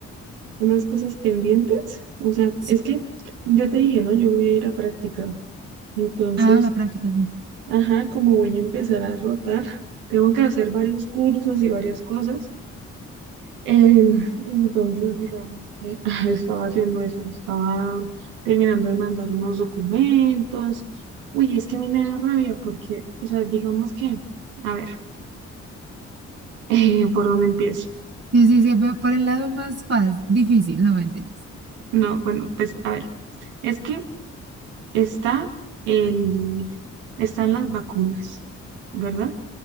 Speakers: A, on the right; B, on the right.
A: unas cosas pendientes. O sea,
B: Sí.
A: es que yo te dije, no, yo voy a ir a práctica. Entonces,
B: Ah, la práctica, sí.
A: ajá, como voy a empezar a rotar, <laughs> tengo que hacer varios cursos y varias cosas. Eh, entonces, digamos que <laughs> estaba haciendo eso, estaba terminando de mandar unos documentos. Uy, es que a mí me da rabia porque, o sea, digamos que, a ver, <laughs> eh, ¿por dónde empiezo?
B: Sí, sí, sí, pero por el lado más fácil, difícil, no mentiras.
A: No, bueno, pues a ver, es que está el, están las vacunas, ¿verdad?